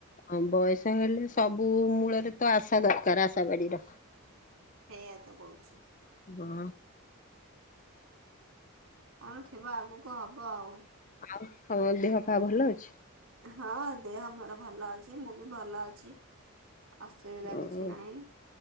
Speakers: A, on the left; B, on the right.
A: ହଁ ବଏସ ହେଲେ ସବୁ ମୂଳରେ ତ ଆଶା ଦରକାର ଆଶା ବାଡିର।
B: ସେଇଆ ତ କୋହୁଛି।
A: ଗଁ
B: କଣ ଥିବ ଆଗକୁ ହ ହବ ଆଉ।
A: ଆଉ ତମ ଦେହ ପା ଭଲ ଅଛି।
B: ହଁ ଦେହମୋର ଭଲ ଅଛି ମୁଁ ବି ଭଲ ଅଛି। ଅସୁବିଧା
A: ଅଛି?
B: କିଛି ନାହିଁ।